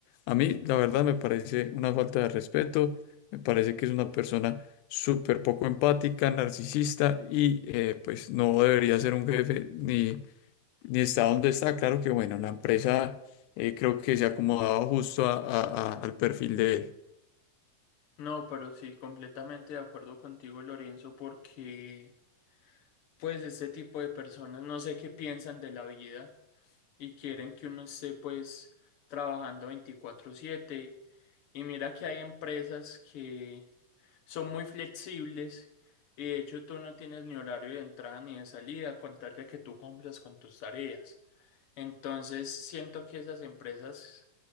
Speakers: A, on the left (about 90°); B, on the left (about 60°).
A: A mí, la verdad, me parece una falta de respeto, me parece que es una persona súper poco empática, narcisista y eh, pues no debería ser un jefe ni, ni está donde está. Claro que bueno, la empresa eh, creo que se acomodaba justo a- a- a- al perfil de él.
B: No, pero sí, completamente de acuerdo contigo, Lorenzo, porque pues este tipo de personas no sé qué piensan de la vida y quieren que uno esté pues trabajando veinticuatro siete Y mira que hay empresas que son muy flexibles y de hecho tú no tienes ni horario de entrada ni de salida con tal de que tú cumplas con tus tareas. Entonces siento que esas empresas